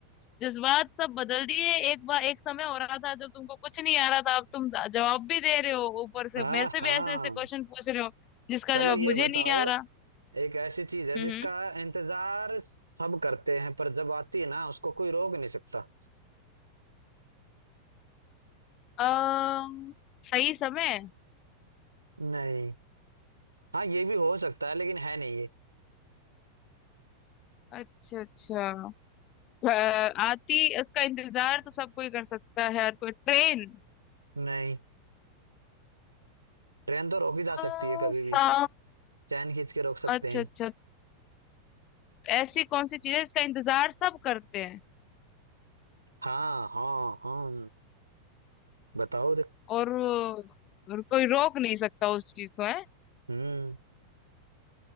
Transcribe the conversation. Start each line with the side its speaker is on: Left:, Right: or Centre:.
Left: जज्बात सब बदल दिए एक बार एक समय हो रहा था जब तुमको कुछ नहीं आ रहा था अब तुम जवाब भी दे रहे हो ऊपर से
Right: हाँ
Left: मेरे से
Right: हाँ
Left: भी ऐसे ऐसे क्वेश्चन पूछ रहे हो जिसका
Right: चलो
Left: जवाब
Right: ये
Left: मुझे
Right: बताओ
Left: नहीं आ रहा
Right: एक ऐसी चीज है
Left: हम्म
Right: जिसका इंतजार सब करते हैं पर जब आती है ना उसको कोई रोक नहीं सकता
Left: अम्म, सही समय
Right: नहीं हाँ ये भी हो सकता है लेकिन है नहीं ये
Left: अच्छा अच्छा अ, आती उसका इंतजार तो सब कोई कर सकता है हर कोई ट्रेन
Right: नहीं ट्रेन तो रोकी जा सकती
Left: अ,
Right: है कभी भी
Left: सा
Right: चैन खींच के रोक सकते
Left: अच्छा
Right: हैं
Left: अच्छा ऐसी कौन सी चीज है जिसका इंतजार सब करते हैं
Right: हाँ हाँ हाँ बताओ देख
Left: और, और कोई रोक नहीं सकता उस चीज को है
Right: हम्म